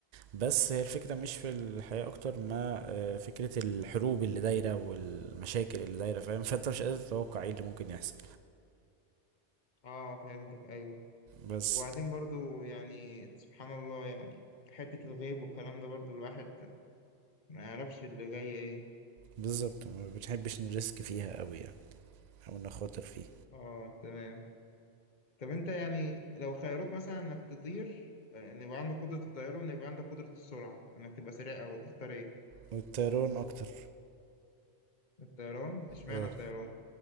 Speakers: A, on the right; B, on the left.
A: بس هي الفكرة مش في الحياة أكتر ما آه، فكرة الحروب اللي دايرة والمشاكل اللي دايرة فاهم فأنت مش قادر تتوقع ايه اللي ممكن يحصل
B: اه فهمتك ايوه
A: بس
B: وبعدين برضو يعني سبحان الله يعني حتة الغيب والكلام ده برضو الواحد ما يعرفش اللي جاي ايه
A: بالظبط ما بنحبش نريسك فيها أوي يعني أو نخاطر فيه
B: اه تمام طب انت يعني لو خيروك مثلا انك تطير آه، ان يبقى عندك قدرة الطيران وان يبقى عندك قدرة السرعة انك تبقى سريع او تختار ايه
A: والطيران أكتر
B: الطيران اشمعنى
A: اه
B: الطيران